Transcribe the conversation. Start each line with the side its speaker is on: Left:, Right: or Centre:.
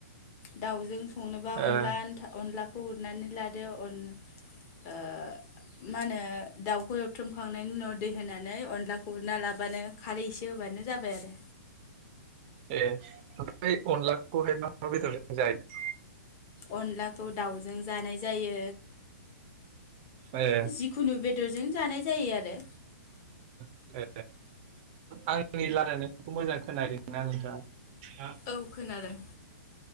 Left: दाउजों संनोबा
Right: ओ
Left: अनलानथा अनलाखौ उरनानै लादो अन ओ मा होनो दाउखौ बुथ्रुमखांनायनि उनाव दै होनानै अनलाखौ उरना लाबानो खारै एसे होबानो जाबाय आरो।
Right: ए ओमफ्राय अनलाखौहाय मा-मा बेदरजों जायो।
Left: अनलाखौ दाउजों जानाय जायो
Right: ए
Left: जिखुनु बेदरजों जानाय जायो आरो
Right: ए आंनि रायलायनायखौ मोजां खोनादोंनाा नोंथाङा
Left: औ खोनादों